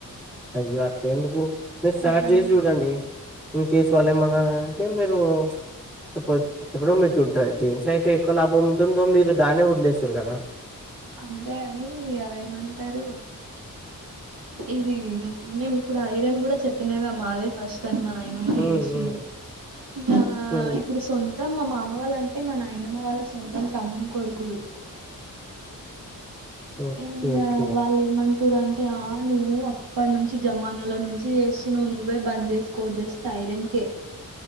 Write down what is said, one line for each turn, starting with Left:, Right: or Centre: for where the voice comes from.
Centre: అయ్య అట్ల ఎందుకు మీరు స్టార్ట్
Right: అట్లనే
Centre: చేసి జూడండి ఇన్ కేస్ వాళ్ళు ఏమన్నా అంటే మీరు సపోజ్ ఇప్పుడు మీకు దీంట్లో అయితే ఎక్కువ లాభం ఉంటుందో మీరు దాన్నే వదిలేస్తురు గదా
Right: అంతే అని ఇగ ఏమంటరు ఇది మేము ఇప్పుడు ఐరన్ గూడా చెప్పినగా మాదే ఫస్ట్ తని మా నాయనమ్మ నే
Centre: ఉమ్
Right: జేస్తుంది ఇగ
Centre: ఉమ్
Right: ఇప్పుడు సొం తం మా మామ వాళ్ళ అంటే మా నాయనమ్మ వాళ్ళ సొంతం తమ్ముని కొడుకులు
Centre: ఓకే
Right: ఇంగా
Centre: ఓకే
Right: వాళ్ళు ఏమన్ టురంటే ఆ నువ్వు అప్పటి నుంచి జమానాలో నుంచి జేస్తున్నావ్ నువ్వే బంద్ జేసుకో జేస్తే అయి ఐరన్ కే